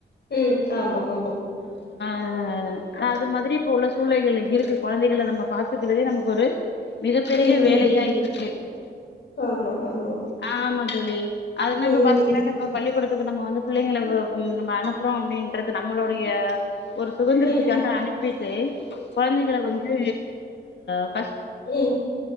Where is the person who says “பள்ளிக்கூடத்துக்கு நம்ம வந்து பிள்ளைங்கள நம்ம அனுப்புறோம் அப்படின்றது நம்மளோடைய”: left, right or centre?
Left